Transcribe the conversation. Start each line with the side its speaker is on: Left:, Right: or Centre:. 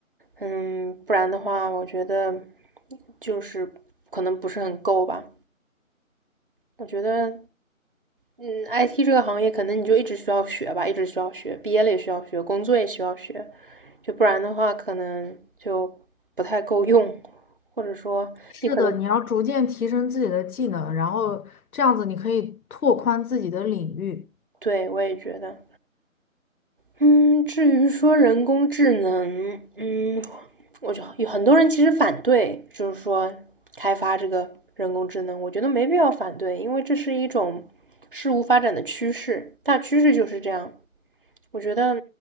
Right: 嗯，不然的话，我觉得就是可能不是很够吧。我觉得嗯，IT 这个行业可能你就一直需要学吧，一直需要学，毕业了也需要学，工作也需要学，就不然的话可能就不太够用，或者说你可能，
Left: 是的，你要逐渐提升自己的技能，然后这样子你可以拓宽自己的领域。
Right: 对，我也觉得，嗯，至于说人工智能，嗯，我就有很多人其实反对，就是说开发这个人工智能，我觉得没必要反对，因为这是一种事物发展的趋势，大趋势就是这样。我觉得